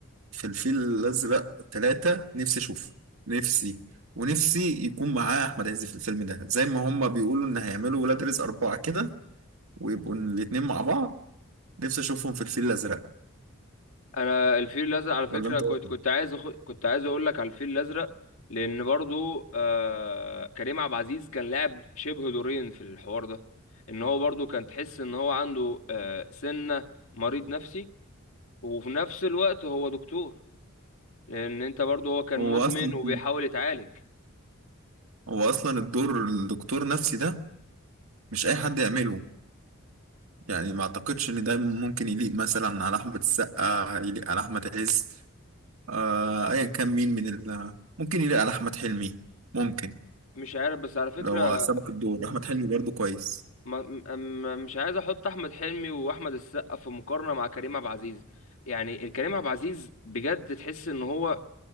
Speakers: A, on the right; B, on the left.
A: في الفيل الأزرق ثلاثة نفسي أشوفه نفسي ونفسي يكون معاه أحمد عز في الفيلم ده زي ما هما بيقولوا إن هيعملوا ولاد رزق أربعة كده ويبقوا الاتنين مع بعض نفسي أشوفهم في الفيل الأزرق
B: انا الفيل الازرق على فكره
A: ولا أنت
B: كنت
A: إيه رأيك؟
B: كنت عايز أخ... كنت عايز اقول لك على الفيل الازرق لان برضو آه... كريم عبد العزيز كان لاعب شبه دورين في الحوار ده ان هو برضو كان تحس ان هو عنده آه... سنه مريض نفسي وفي نفس الوقت هو دكتور لان انت برضو هو كان
A: هو
B: مدمن
A: أصلا
B: وبيحاول يتعالج
A: هو أصلا الدور الدكتور نفسي ده مش أي حد يعمله يعني ما أعتقدش إن ده ممكن يليق مثلا على أحمد السقا يليق على أحمد عز آه أيا كان مين من ال ممكن يليق على أحمد حلمي ممكن
B: مش عارف بس على فكره
A: لو سبق الدور أحمد حلمي برضه كويس
B: ما... م... م- مش عايز احط احمد حلمي واحمد السقا في مقارنه مع كريم عبد العزيز يعني كريم عبد العزيز بجد تحس ان هو